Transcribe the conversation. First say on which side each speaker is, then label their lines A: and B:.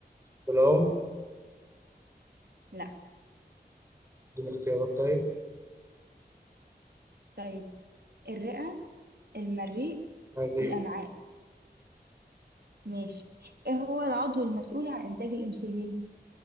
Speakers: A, on the right; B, on the right.
A: بالعمر
B: لا
A: دون اختيارات طيب
B: طيب الرئة المريء
A: الرئة
B: الأمعاء ماشي ايه هو العضو المسؤول عن إنتاج الأنسولين